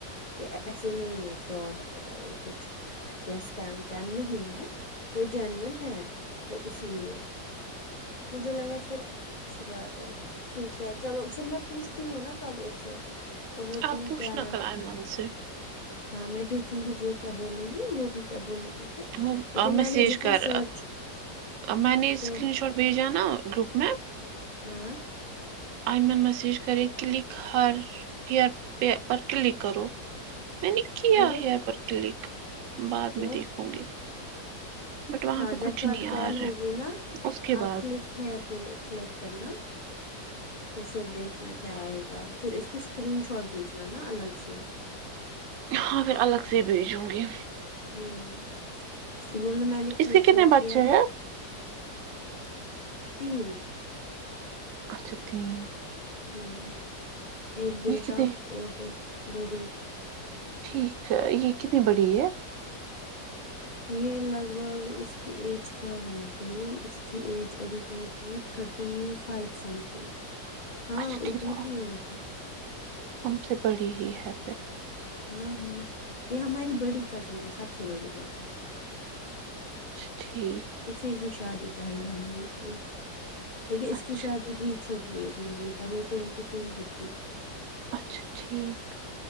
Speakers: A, on the left; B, on the right.
A: یے ایسے نہیں ہیں فراڈ کچھ یا کیم کیم نہیں ہے یے جینون ہے تو اسی لیے مجھے لگا فیر اچھی بات ٹھیک ہے چلو فیر میں پوچھتی ہوں نا کل اس سے اب وہ
B: آپ
A: دھوم
B: پوچھنا
A: کیا ہے
B: کل
A: اتے
B: ایئمن سے
A: ہاں میں دیکھوں گی وہ کیا بولے گی وہ بھی کیا بولے گی تو
B: وہ
A: لیکن
B: آ میسیج
A: میں نے جتنا
B: کر
A: سرچ
B: میں نے اسکرین
A: کو
B: شاٹ بھیجا نا گروپ میں
A: آ آ
B: آئی من مسیج کرے کلک ہر ہیئر پے پر کلک کرو میں نے کیا
A: کرو
B: ہیئر پر کلک بعد
A: تو
B: میں دیکھوں گی بٹ وہاں
A: ہاں
B: پہ
A: جب
B: کچھ
A: کٹ
B: نہیں یار
A: کال ہوگی نا
B: اس کے
A: آپ
B: بعد
A: کلک ک ہیر پے کلک کرنا تو فیر دیکھنا کیا آئے گا فیر اس کو اسکرین شاٹ بھیجنا نا الگ سے
B: ہاں پھر الگ سے بھیجوں گی
A: آمم اس کو بولنا میں نے کلک
B: اس کے کتنے
A: ہیر
B: بچے
A: کیا
B: ہیں
A: تین
B: اچھا تین
A: آمم ایک بیٹا
B: یہ کتنے
A: اور دو دو بیٹی
B: ٹھیک ہے یے کتنی بڑی ہے
A: یے لگ بھگ اس کی ایج کیا ہوگی اس کی ایج ابھی ہوگی thirty five something
B: اچھا
A: ہاں اتنی
B: ٹھیک تو
A: ہی ہوگی
B: ہم سے بڑی ہی ہے پھر
A: ہاں ہاں یے ہماری بڑی کزن ہے سب سے بڑی کزن
B: اچھا ٹھیک
A: اسی کی شادی پہلے ہم نے کی لیکن اس
B: اچھا
A: کی شادی بھی چھوٹی کی ایج میں ہوئی تب یہ ٹوینٹی ٹو ہی تھی
B: اچھا ٹھیک